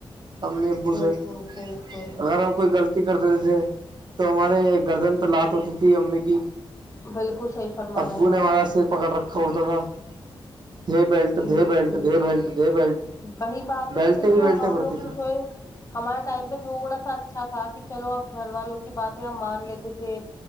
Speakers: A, on the right (about 50°); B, on the left (about 35°).
A: ہم نے ابو
B: بالکل
A: سے ہے
B: بالکل
A: ا کوئی غلطی کر دیتے تھے تو ہمارے گردن پہ لات ہوتی تھی امی کی
B: بالکل صحیح فرما
A: ابو
B: رہے
A: نے
B: ہیں
A: ہمارا
B: آپ
A: سر پکڑ رکھا ہو تھڑا دے بیلٹ
B: جی
A: دے
B: جی
A: بیلٹ دے بیلٹ دے بیلٹ
B: وہی بات
A: بیلٹ
B: ہے نا دیکھیے
A: ہی بیلٹیں
B: ہم
A: پڑتی
B: لوگ
A: تھی
B: جو تھے ہمارے ٹائم پہ تھوڑا سا اچھا تھا کہ چلو اب گھر والوں کی باتیں ہم مان لیتے تھے